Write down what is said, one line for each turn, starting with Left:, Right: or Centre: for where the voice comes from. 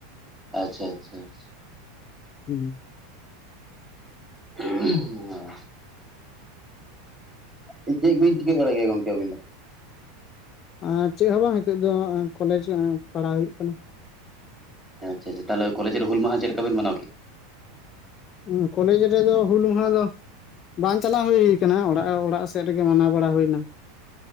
Centre: ᱟᱪᱪᱷᱟ ᱟᱪᱪᱷᱟ ᱾
Left: ᱦᱩᱸ᱾
Centre: <unintelligible> ᱚ ᱪᱮ ᱪᱮᱫ ᱠᱚᱵᱮᱱ ᱪᱤᱠᱟᱹ ᱵᱟᱲᱟᱭ ᱜᱮᱭᱟ ᱜᱚᱢᱠᱮ ᱟᱵᱮᱱ ᱫᱚ?
Left: ᱟᱨ ᱪᱮᱫ ᱦᱚᱸ ᱵᱟᱝ ᱱᱤᱛᱚᱜ ᱫᱚ ᱟᱺ ᱠᱚᱞᱮᱡᱽ ᱟᱺ ᱯᱟᱲᱦᱟᱣ ᱦᱩᱭᱩᱜ ᱠᱟᱱᱟ᱾
Centre: ᱟᱪᱪᱷᱟ ᱟᱪᱪᱷᱟ, ᱛᱟᱦᱞᱮ ᱠᱚᱞᱮᱡᱽ ᱨᱮ ᱦᱩᱞ ᱢᱟᱦᱟ ᱪᱮᱫ ᱞᱮᱠᱟ ᱵᱮᱱ ᱢᱟᱱᱟᱣ ᱠᱮᱜᱼᱟ?
Left: ᱩᱸ ᱠᱚᱞᱮᱡᱽ ᱨᱮᱫᱚ ᱦᱩᱞ ᱢᱟᱦᱟ ᱫᱚ ᱵᱟᱝ ᱪᱟᱞᱟᱣ ᱦᱩᱭ ᱟᱠᱟᱱᱟ ᱚᱲᱟᱜ, ᱚᱲᱟᱜ ᱥᱮᱫ ᱨᱮᱜᱮ ᱢᱟᱱᱟᱣ ᱵᱟᱲᱟ ᱦᱩᱭ ᱮᱱᱟ᱾